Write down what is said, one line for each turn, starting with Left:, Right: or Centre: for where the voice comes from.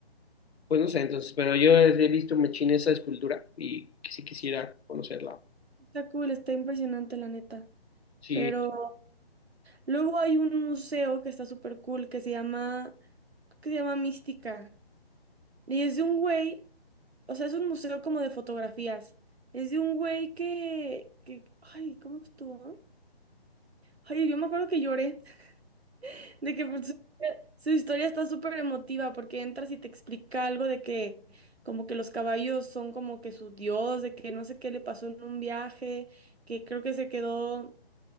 Left: pues no sé, entonces, pero yo he visto machín esa escultura y que sí quisiera
Right: Sí
Left: conocerla,
Right: Está cool, está impresionante, la neta.
Left: sí.
Right: Pero luego hay un museo que está súper cool que se llama... Creo que se llama Mística. Y es de un güey, o sea, es un museo como de fotografías. Es de un güey que, que, ay, ¿cómo estuvo? Ay, yo me acuerdo que lloré, <laughs> de que pues, su, su historia está súper emotiva porque entras y te explica algo de que como que los caballos son como que su dios, de que no sé qué le pasó en un viaje, que creo que se quedó.